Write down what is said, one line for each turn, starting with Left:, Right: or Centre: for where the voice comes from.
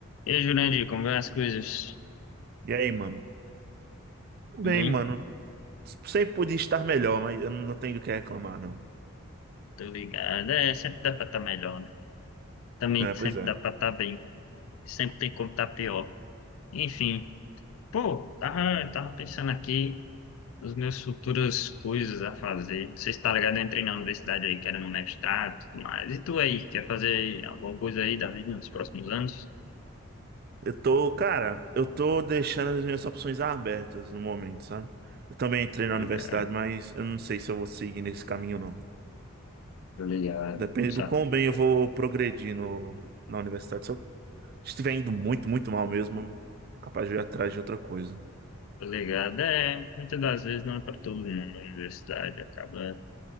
Left: E aí, Jurandir, como vão as coisas?
Right: E aí, mano? Tudo
Left: Tudo
Right: bem,
Left: Bem,
Right: mano. Sempre podia estar melhor, mas eu não tenho do que reclamar, não.
Left: tô ligado. É, sempre dá pra estar melhor, né? Também
Right: É,
Left: sempre
Right: pois é.
Left: dá pra estar bem. Sempre tem como estar pior. Enfim, pô, tava, tava pensando aqui nas minhas futuras coisas a fazer. Você está ligado? Eu entrei na universidade aí, querendo um mestrado e tudo mais. E tu aí, quer fazer alguma coisa aí da vida nos próximos anos?
Right: Eu tô, cara, eu tô deixando as minhas opções abertas no momento, sabe? Eu também entrei
Left: Tô
Right: na
Left: ligado.
Right: universidade, mas eu não sei se eu vou seguir nesse caminho, não.
Left: Tô ligado.
Right: Depende
Left: Sabe?
Right: do quão bem eu vou progredir no, na universidade. Se eu estiver indo muito, muito mal mesmo, capaz de eu ir atrás de outra coisa.
Left: Tô ligado. É, muitas das vezes não é pra todo mundo na universidade, acaba.